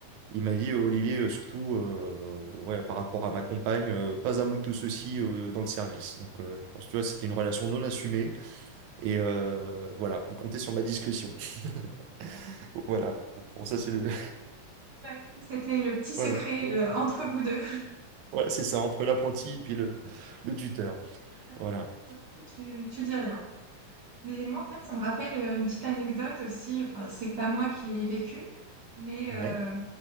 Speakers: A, on the right; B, on the right.
A: Il m'a dit, Olivier, euh, surtout, euh, ouais, par rapport à ma compagne, euh, pas un mot de tout ceci euh, dans le service. Donc, euh, je pense, tu vois, c'était une relation non assumée. Et
B: Oui,
A: euh, voilà, il comptait sur ma discrétion. <laughs> Voilà. Bon, ça, c'est le. <laughs>
B: ouais, C'était le petit secret,
A: Voilà. Mon
B: euh,
A: ineptition.
B: entre vous deux.
A: Voilà, c'est ça, entre l'apprenti et puis le, le tuteur.
B: <laughs>
A: Voilà.
B: Surtout, tu, tu dis rien. Mais moi, en fait, ça me rappelle euh, une petite anecdote aussi. Enfin, c'est pas moi qui l'ai vécu, mais
A: Ouais.
B: euh,